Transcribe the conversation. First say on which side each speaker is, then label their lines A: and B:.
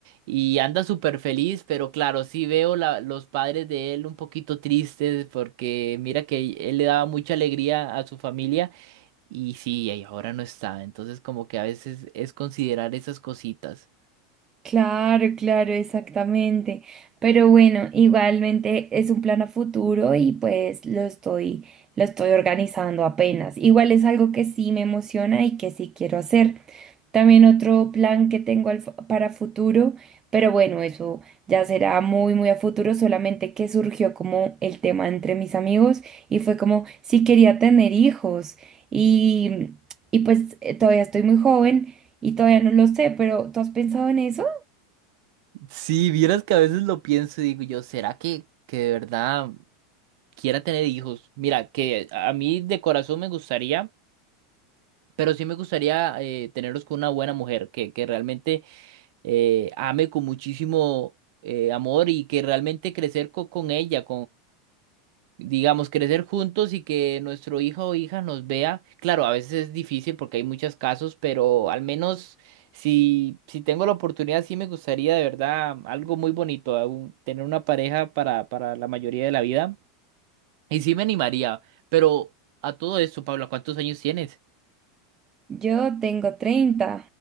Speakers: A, on the right; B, on the right.
A: y anda súper feliz, pero claro, sí veo la- los padres de él un poquito tristes porque mira que él le daba mucha alegría a su familia. Y sí, y ahora no está. Entonces como que a veces es considerar esas cositas.
B: Claro, claro, exactamente. Pero bueno, igualmente es un plan a futuro y pues lo estoy, lo estoy organizando apenas. Igual es algo que sí me emociona y que sí quiero hacer. También otro plan que tengo al fu- para futuro, pero bueno, eso ya será muy, muy a futuro, solamente que surgió como el tema entre mis amigos y fue como si quería tener hijos y, y pues eh, todavía estoy muy joven y todavía no lo sé, pero ¿tú has pensado en eso?
A: Sí, vieras que a veces lo pienso y digo yo, ¿será que, que de verdad quiera tener hijos? Mira, que a mí de corazón me gustaría, pero sí me gustaría eh, tenerlos con una buena mujer, que, que realmente eh, ame con muchísimo eh, amor y que realmente crecer co- con ella, digamos, crecer juntos y que nuestro hijo o hija nos vea. Claro, a veces es difícil porque hay muchos casos, pero al menos si, si tengo la oportunidad, sí me gustaría de verdad algo muy bonito, a un- tener una pareja para, para la mayoría de la vida. Y sí me animaría, pero a todo esto, Pablo, ¿cuántos años tienes?
B: Yo tengo 30